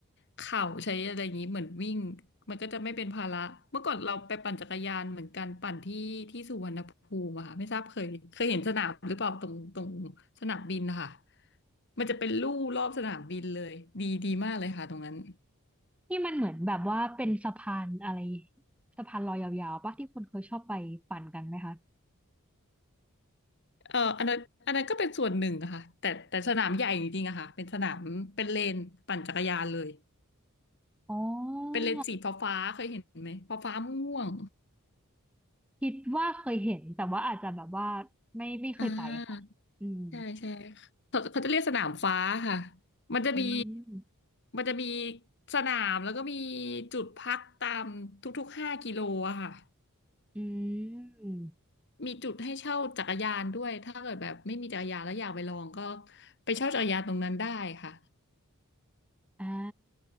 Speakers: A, on the left (about 50°); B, in the centre.
A: เข่าใช้อะไรอย่างนี้เหมือนวิ่งมันก็จะไม่เป็นภาระเมื่อก่อนเราไปปั่นจักรยานเหมือนกันปั่นที่ที่สุวรรณภูมิอะค่ะไม่ทราบเคยเคยเห็นสนามหรือเปล่าตรงตรงสนามบินนะคะมันจะเป็นลู่รอบสนามบินเลยดีดีมากเลยค่ะตรงนั้น
B: ที่มันเหมือนแบบว่าเป็นสะพานอะไรสะพานลอยยาวๆปะที่คนเคยชอบไปปั่นกันไหมคะ
A: เอออันนั้นอันนั้นก็เป็นส่วนหนึ่งอะค่ะแต่แต่สนามใหญ่จริงๆอะค่ะเป็นสนามเป็นเลนปั่นจักรยานเลย
B: อ๋อ
A: เป็นเลนส์สีฟ้าๆเคยเห็นไหมฟ้าๆม่วง
B: คิดว่าเคยเห็นแต่ว่าอาจจะแบบว่าไม่ไม่เคยไปค่ะอืม
A: อ่าใช่ใช่เขาเขาจะเรียกสนามฟ้าค่ะมันจะมี
B: อืม
A: มันจะมีสนามแล้วก็มีจุดพักตามทุกๆห้ากิโลอะค่ะ
B: อืม
A: มีจุดให้เช่าจักรยานด้วยถ้าเกิดแบบไม่มีจักรยานแล้วอยากไปลองก็ไปเช่าจักรยานตรงนั้นได้ค่ะ
B: อ่า